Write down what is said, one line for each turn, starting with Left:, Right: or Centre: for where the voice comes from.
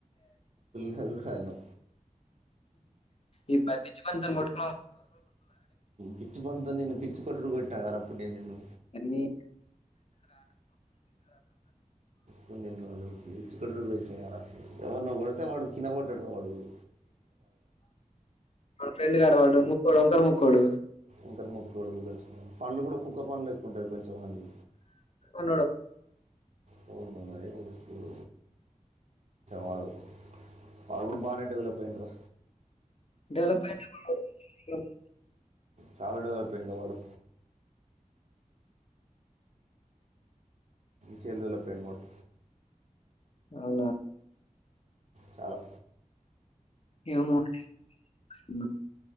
Right: ఎందుకు ఆడను
Left: ఇ పంచివ మోట్
Right: పిచ్చు బంత నను పిచ్చు కాంక్రీటు కొట్టగర పడేను
Left: నీ
Right: సు ఇచ్చ క ఎవ ఉళ్తే మడు కినబటిడద వాడుగు
Left: చేంజ్ కనవడ్డుంది పొలంకాడ ముక్కుండు
Right: ఇంకా ముగ్గురు కలిసిల్లా పండ్లు కూడా కుక్క పను లేక్కుంటుంది కొంచెం వాంది
Left: ఉన్నాడు.
Right: వాళ్ళు నాకు తెలిసి రారు వాళ్ కూడా బాగానే డెవలప్ అయిండ్రా
Left: డెవలప్మెంట్ <unintelligible>
Right: చాలా డెవలప్ అయింద వాడు చ్చెందులే ప్రమోట్
Left: అవునా
Right: చాలా
Left: ఏమో ఆ